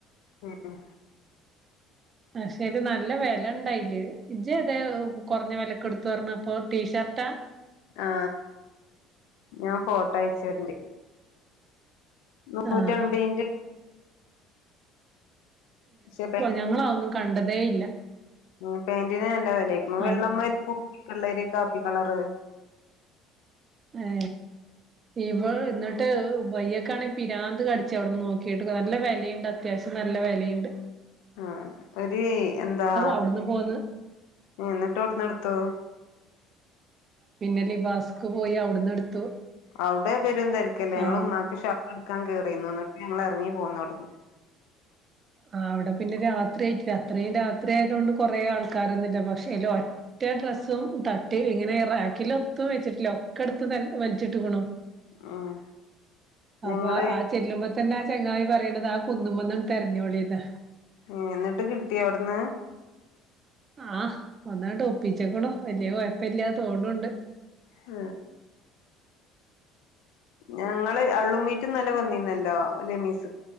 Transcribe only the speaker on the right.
പക്ഷെത് നല്ല വെലണ്ടയില് ഇജ്ജ്‌ അതെ കൊറഞ്ഞ വെലക്ക് ട്ത്തു റഞ്ഞപ്പൊ ടീഷർട്ടാ
ആഹ്
ഞങ്ങളതൊന്നും കണ്ടതേ ഇല്ല
അവിടെ
ഏ ഇപൊ ന്നിട്ട് വയ്യൊക്കാണേ പിരാന്ത് കടിച്ചവിടെ നോക്കീട്ട് നല്ല വെലീണ്ട് അത്യാവശ്യം നല്ല വെലീണ്ട്
അവിടുന്ന് പോന്ന്
പിന്നെ ലിബാസ്ക് പോയി അവിടന്ന് എടുത്തു.
അവി
ആ അവിടെ പിന്നെ രാത്രിയയിട്ടില്ല അത്രയും രാത്രി ആയത കൊണ്ട് കൊറെേ ആൾക്കാരൊന്നുമില്ല പക്ഷേ അല ഒറ്റ ഡ്രസ്സും തട്ടി ഇങ്ങനെ റാക്കില ഒത്തും വെച്ചിട്ടില്ല ഒക്കെ എടുത്ത് വലിച്ചിട്ടക്കണു.
അപ്പൊ
ആ ചെല്ലുമ്പോ തന്നെ ചെങ്ങായി പറയണ്ടത് ആ കുന്നുമെന്ന് തെര ഞൊളിന്ന
ആ ഒന്നങ്ങൊട്ട് ഒപ്പിച്ചക്കണു വലിയ കോയപ്പില്ല തോണണ്ട്.